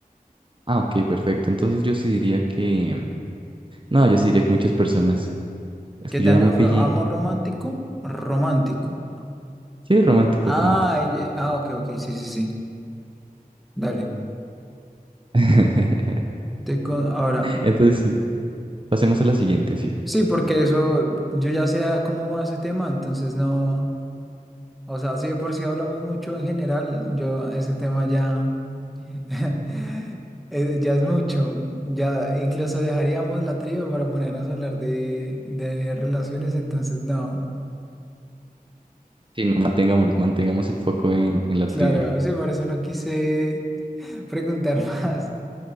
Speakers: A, on the right; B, in the centre.
A: ah, ok, perfecto. Entonces yo sí diría que, no, yo sí diría que muchas personas. Es
B: Que
A: que
B: te
A: yo
B: han
A: era muy
B: ofrecido
A: pillín.
B: amor romántico, romántico.
A: Sí, romántico,
B: Ah,
A: romántico.
B: ella- ah, ok, ok, sí, sí, sí. Dale.
A: <laughs>
B: Te con- ahora,
A: Entonces, sí, pasemos a la siguiente, sí,
B: sí,
A: sí,
B: porque
A: sí.
B: eso, yo ya sé a cómo va ese tema, entonces no. O sea, sí, de por si hablamos mucho en general, yo ese tema ya, <laughs> eh, ya es mucho, ya incluso dejaríamos la tría para ponernos a hablar de, de relaciones, entonces no.
A: Sí, no mantengámonos, mantengamos el foco en, en la
B: Claro,
A: trivia.
B: sí, por eso no quise <laughs> preguntar más.